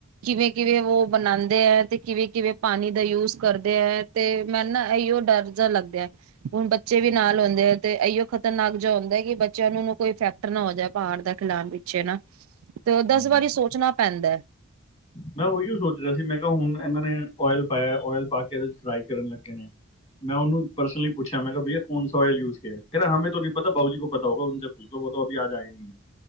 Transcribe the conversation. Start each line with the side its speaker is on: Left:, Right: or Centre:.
Right: ਕਿਵੇਂ ਕਿਵੇਂ ਉਹ ਬਣਾਉਂਦੇ ਹੈ, ਤੇ ਕਿਵੇਂ ਕਿਵੇਂ ਪਾਣੀ ਦਾ ਯੂਜ ਕਰਦੇ ਹੈ। ਤੇ ਮੈਂ
Left: ਹਾਂ,
Right: ਨਾ, ਇਹੀਓ ਡਰ ਮ ਲੱਗਦਾ ਹੁਣ ਬੱਚੇ ਵੀ
Left: ਹਾਂ।
Right: ਨਾਲ ਹਉਂਦੇ ਅ ਤੇ ਅਈਓ ਨਗ ਜਿੁੰਂਦਾ ਕਿ ਬੱਚਿਆਂ ਨੂੰ ਕੋਈ ਇਫੈਕਟ ਨਾ ਹੋ ਜਾ ਬਾਹਰ ਦਾ ਖਿਲਣ ਪਿੱਛੇ ਨਾ ਤੇ
Left: ਹਾਂ।
Right: ਦਸ ਵਾਰੀ ਸੋਚਣਾ ਪੈਂਦਾ
Left: ਮੈਂ ਉਹੀ ਸੋਚ ਰਿਹਾ ਸੀ ਮੈਂ ਕਿਹਾ ਹੁਣ ਇਹਨਾਂ ਨੇ ਓਇਲ ਪਾਇਆ ਓਇਲ ਪਾ ਕੇ ਇਹਦੇ ਚ ਫਰਾਈ ਕਰਨ ਲੱਗੇ ਨੇ ਮੈਂ ਉਹਨੂੰ ਪਰਸਨਲੀ ਪੁੱਛਿਆ ਮੈਂ ਕਿਹਾ ਬਈਆ ਕੌਣਸ ਓਇਲ ਯੂਜ ਕਿਆ ਕੇਰਾ ਸਮੇਂ ਤੋਂ ਨਹੀਂ ਪਤਾ ਭਾਊ ਜੀ ਕੋ ਪਤਾ ੳਨਸੇ ਪੁੱਛੋੋ ਵੋ ਤੋ ਅਭੀ ਆਜ ਆਏਗੇ